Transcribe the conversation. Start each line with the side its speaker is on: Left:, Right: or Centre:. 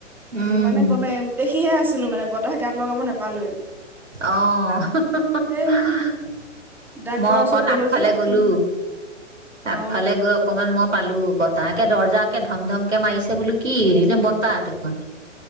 Right: উম
Centre: মানে কমে দেখিহে আছিলো মানে বতাহ গাত লগাব নাপালোৱে।
Right: আহ
Centre: এই
Right: হুঁহ।
Centre: ডাক্তৰৰ
Right: মই অকমান
Centre: ওচৰত গ'লো
Right: আগফালে
Centre: যে
Right: গ'লো
Centre: উম
Right: আগফালে
Centre: অ
Right: গৈ অকমান মই পালো বতাহ একে দৰ্জাকে ধম ধমকে মাৰিছে বোলো কি এই যে বতাহ দেখোন।